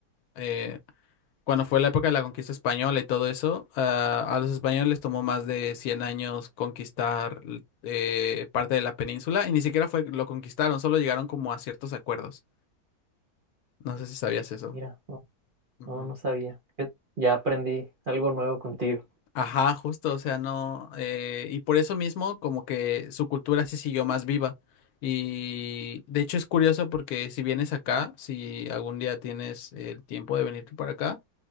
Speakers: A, on the left; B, on the right.
A: eh, Cuando fue la época de la conquista española y todo eso, ah, a los españoles les tomó más de 100 años conquistar eh, parte de la península y ni siquiera fue lo conquistaron, solo llegaron como a ciertos acuerdos. No sé si sabías eso.
B: Mira, no,
A: Ujú.
B: no, no sabía. Fíjate, Ya aprendí algo nuevo contigo.
A: Ajá, justo, o sea, no. eh, y por eso mismo, como que su cultura sí siguió más viva. Y de hecho es curioso porque si vienes acá, si algún día tienes el tiempo de venir para acá,